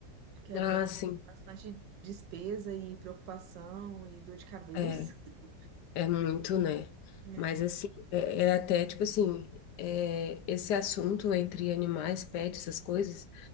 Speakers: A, on the right; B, on the left.
A: que é
B: Ah,
A: bem, é
B: sim.
A: bastante despesa e preocupação e dor de cabeça.
B: É,
A: <laughs>
B: é muito, né?
A: É.
B: Mas assim, é, é até tipo assim, é, esse assunto entre animais, pets, essas coisas.